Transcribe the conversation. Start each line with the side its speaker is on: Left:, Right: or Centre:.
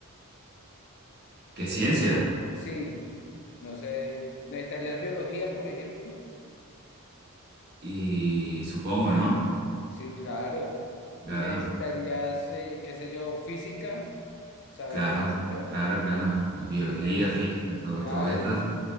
Right: ¿Qué ciencia?
Left: Sí, no sé, necesitarías biología, por ejemplo.
Right: Y supongo, ¿no?
Left: Sí, claro.
Right: Claro.
Left: Y necesitarías, eh, qué sé yo, física, saber
Right: Claro,
Left: física.
Right: claro, claro. Biología,
Left: Necesi-
Right: física, todo,
Left: claro,
Right: todo esto,
Left: y,